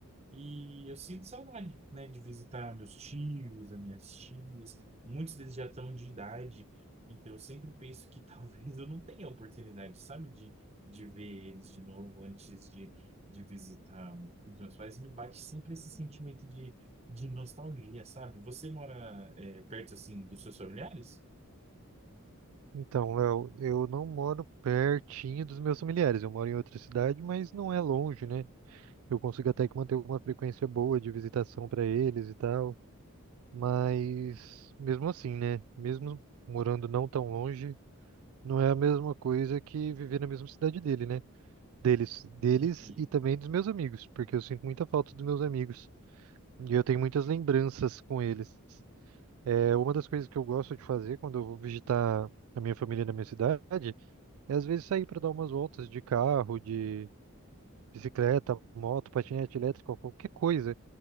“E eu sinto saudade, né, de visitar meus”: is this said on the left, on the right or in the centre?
Right